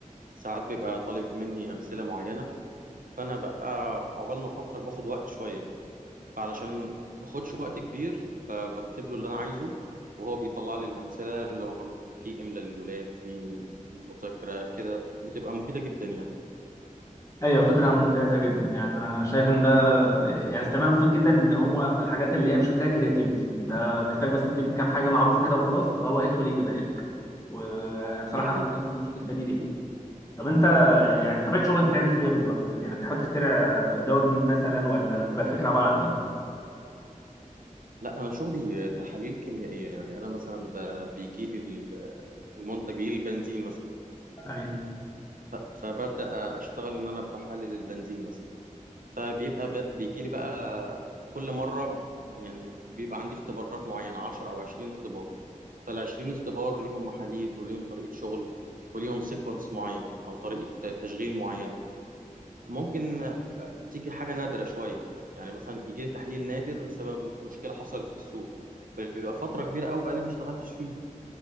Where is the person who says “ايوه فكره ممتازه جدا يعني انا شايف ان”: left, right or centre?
Left